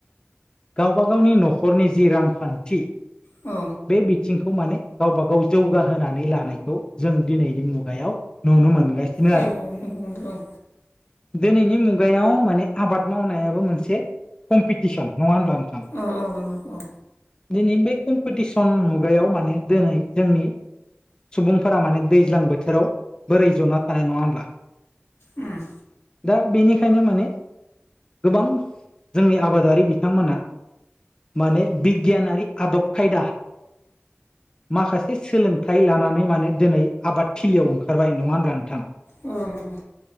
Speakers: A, on the left; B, on the left.
A: गावबागावनि न'खरनि जि रांखान्थि
B: औ
A: बे बिथिंखौ माने गावबा गाव जौगाहोनानै लानायखौ जों दिनैनि मुगायाव। नुनो मोनगासिनो
B: औ
A: आरो
B: औ नुनो मोनदों औ।
A: दिनैनि मुगायाव माने आबाद मावनायाबो मोनसे कम्पिटिसन नंङा होनब्लाा नोंथां।
B: औ औ नंगौ औ।
A: दिनै बे कम्पिटिसन मुगायाव माने दिनै जोंनि सुबुंफोरा माने दैज्लां बोथोराव बोरै जना थानाय नंङा होनब्ला।
B: ओम
A: दा बेनिखायनो माने गोबां जोंनि आबादारि बिथांमोना माने बिगियानारि आदब खायदा माखासे सोलों थाय लानानै माने दिनै आबाद थिलियाव ओंखारबाय नंङा होनब्ला नोंथां?
B: औ नंगौ औ उम औ नंगौ